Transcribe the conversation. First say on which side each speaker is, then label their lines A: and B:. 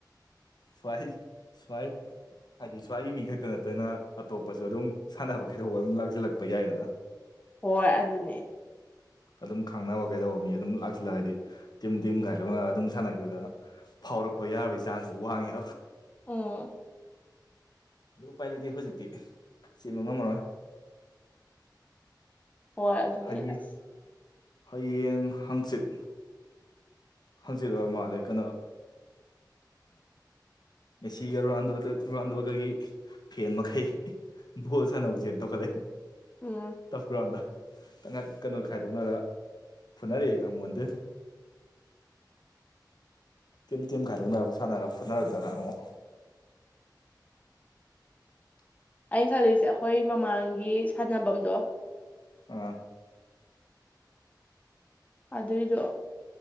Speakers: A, on the left; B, on the left.
A: ꯁꯋꯥꯏ ꯁꯋꯥꯥꯏ ꯍꯥꯏꯗꯤ ꯁ꯭ꯋꯥꯏꯒꯤ ꯃꯤ ꯈꯛꯇ ꯅꯠꯇꯅ ꯑꯇꯣꯞꯄꯁꯨ ꯑꯗꯨꯝ ꯁꯥꯟꯅꯕ ꯈꯩꯗꯣꯛ ꯑꯗꯨꯝ ꯂꯥꯛꯁꯤꯜꯂꯛꯄ ꯌꯥꯏꯗꯅ
B: ꯍꯣꯏ ꯑꯗꯨꯅꯦ
A: ꯑꯗꯨꯝ ꯈꯪꯅꯕ ꯀꯩꯗꯧꯕ ꯃꯤ ꯑꯗꯨꯝ ꯂꯥꯛꯁꯤꯜꯂ ꯍꯥꯏꯗꯤ ꯇꯤꯝ ꯇꯤꯝꯒꯥꯏꯗꯧ ꯉ ꯑꯗꯨꯝ ꯁꯥꯟꯅꯈꯤꯕꯗꯅ ꯐꯥꯎꯔꯛ ꯄ ꯌꯥꯕꯒꯤ ꯆꯥꯟꯁꯁꯨ ꯋꯥꯡꯉꯦ
B: ꯑ
A: ꯑꯗꯨ ꯎꯄꯥꯏ ꯂꯩꯇꯦ ꯍꯧꯖꯤꯛꯇꯤ ꯆꯦꯟꯕ ꯉꯝꯃꯔꯣꯏ
B: ꯍꯣꯏ ꯑꯗꯨꯅꯤ
A: ꯍꯌꯦꯡ
B: ꯑꯁ
A: ꯍꯌꯦꯡ ꯍꯥꯡꯆꯤꯠ ꯍꯥꯡꯆꯤꯠ ꯑꯣꯏꯕ ꯃꯥꯜꯂꯦ ꯀꯩꯅꯣ ꯃꯦꯁꯤꯒ ꯔꯨꯔꯥꯟꯗꯣꯗ ꯔꯨꯔꯥꯟꯗꯣꯒꯒꯤ ꯐꯦꯟ ꯃꯈꯩ ꯚꯣꯜ ꯁꯥꯟꯅꯕꯅꯕꯁꯦꯅ ꯇꯣꯛꯈꯠꯂ
B: ꯎꯝ
A: ꯇꯞ ꯀ꯭ꯔꯥꯎꯗ ꯀꯩꯅꯣ ꯈꯥꯏꯗꯣꯛꯅꯔ ꯐꯨꯅꯔꯛꯑꯦ ꯈꯪꯃꯣꯟꯗ ꯇꯤꯝ ꯇꯤꯝ ꯈꯥꯏꯗꯣꯛꯅꯔ ꯁꯥꯟꯅꯔ ꯐꯨꯠꯅꯔꯛꯇꯅ ꯑꯃꯨꯛ <unintelligible>
B: ꯑꯩꯅ ꯈꯜꯂꯤꯁꯦ ꯑꯩꯈꯣꯏ ꯃꯃꯥꯡꯒꯤ ꯁꯥꯟꯅꯐꯝꯗꯣ
A: ꯑꯥ
B: ꯑꯗꯨꯏꯗꯣ